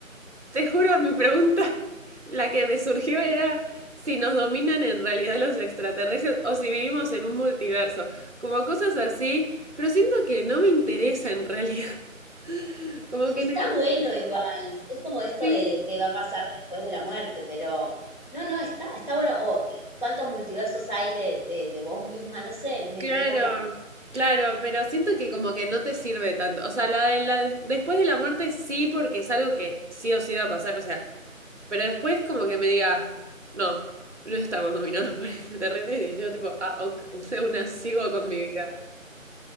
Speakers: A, on the right; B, on the left.
A: Te juro, mi pregunta, <laughs> la que me surgió era si nos dominan en realidad los extraterrestres o si vivimos en un multiverso, como cosas así, pero siento que no me interesa en realidad, <laughs> como
B: Está
A: que en el
B: bueno igual, es como esto
A: sí,
B: de que va a pasar después de la muerte, pero no, no, está, está bueno. O cuántos multiversos hay de, de, de vos misma, no sé, me,
A: claro,
B: me copa.
A: claro, pero siento que como que no te sirve tanto, o sea, la de la de- después de la muerte sí porque es algo que sí o sí va a pasar, o sea, pero después como que me diga, no, no estamos dominados <laughs> por extraterrestres y yo tipo, ah, ok, o sea, una sigo con mi vida.